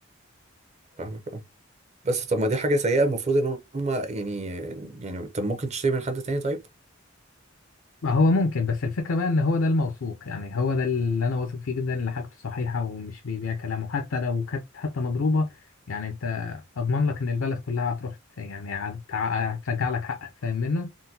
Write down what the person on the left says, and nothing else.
ما هو ممكن بس الفكرة بقى إن هو ده الموثوق يعني هو ده اللي أنا واثق فيه جدا إن حاجته صحيحة ومش بيبيع كلامه حتى لو كانت حتى مضروبة يعني أنت أضمن لك إن البلد كلها هتروح ت- يعني هت- هترجع لك حقك فاهم منه؟